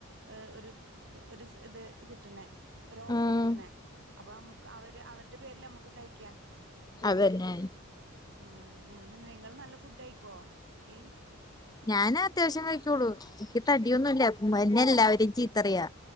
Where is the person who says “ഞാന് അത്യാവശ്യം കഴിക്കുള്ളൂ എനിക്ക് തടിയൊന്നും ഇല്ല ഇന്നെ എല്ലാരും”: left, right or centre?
Left